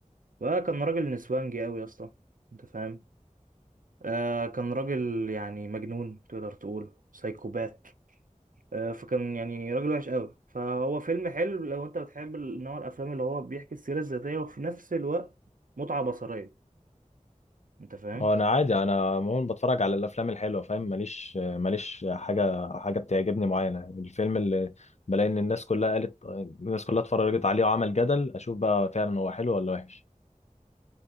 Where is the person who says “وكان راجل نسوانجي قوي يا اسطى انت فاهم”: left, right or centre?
Right